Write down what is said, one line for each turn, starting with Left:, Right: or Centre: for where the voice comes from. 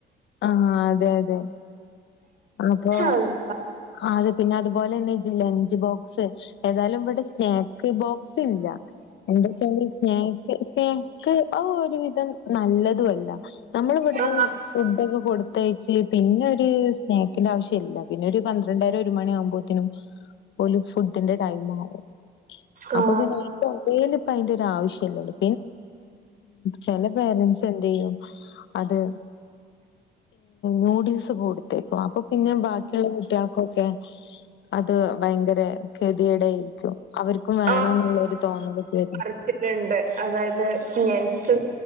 Left: ആഹ അതെ അതെ അപ്പൊ
Right: അല്ല.
Left: അത് പിന്നെ അതുപോലെന്നെ ലഞ്ച് ബോക്സ് ഏതായാലും ഇവിടെ സ്നാക്ക് ബോക്സ് ഇല്ല. എന്താ വച്ചാൽ സ്നാക്ക് സ്നക്ക് ആ ഒരുവിധം നല്ലതുഅല്ല നമ്മൾ ഇവിടുന്ന്
Right: ആ
Left: ഫുഡോക്കെ കൊടു പ്രത്യേകിച്ച് പിന്നെ ഒരു സ് ആവശ്യം ഇല്ല പിന്നെ ഒരു പന്ത്രണ്ടായിരം ഒരു മണി ആകുമ്പോനും പോല ഫുഡിന്റെ ടൈം ആകും
Right: ആ
Left: അപ്പൊ പിന്നെ അ ശ്യല്ലല്ലോ ചില പേരന്റ്സ് എന്തേയ്യും അത് നൂഡിൽസ് കൊടു തെക്കും അപ്പൊ പിന്നെ ബാക്കിയുള്ള കുട്ടികൾക്കൊക്കെ <inaudible> അത് ഭയങ്കര ക ടായിരിക്കും അവർക്കും വേണം
Right: ആ
Left: എന്നുള്ളരു തോന്നലക്കെരുന്നു
Right: പറിച്ചിട്ടുണ്ട് അതായത് സ്നാക്സ്